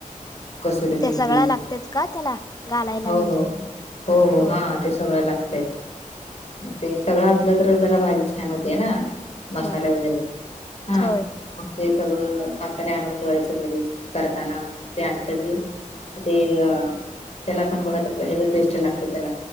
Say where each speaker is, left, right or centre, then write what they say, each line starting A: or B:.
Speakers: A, on the left; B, on the left.
A: कसरमती
B: ते सगळं लागतेच का त्याला घालायला
A: हो
B: म्हणजे
A: हो हो हो
B: होय
A: हा ते सगळं लागतय मग ते सगळं असलं तर जरा भाजी छान होते ना मसाला
B: होय
A: वगैरे हा
B: होय
A: मग ते सगळं मसाल्या आं ठेवायचं घरी करताना मग ते आणलं की ते अ त्याला पण बघा ह्या बेस्ट लागते त्याला